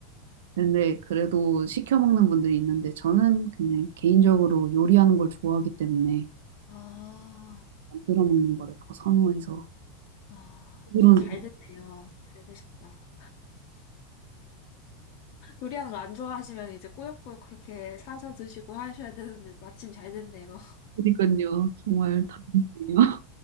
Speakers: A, on the right; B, on the left.
A: 근데 그래도 시켜 먹는 분들이 있는데 저는 그냥 개인적으로 요리하는 걸 좋아하기 때문에
B: 아,
A: 만들어 먹는 거를 더 선호해서
B: 아,
A: 물론
B: 또 잘 됐네요. 잘 되셨다. 요리하는 거 안 좋아하시면 이제 꾸역꾸역 그렇게 사서 드시고 하셔야 되는데 마침 잘 됐네요.
A: 그러니까요. 정말 다행이에요.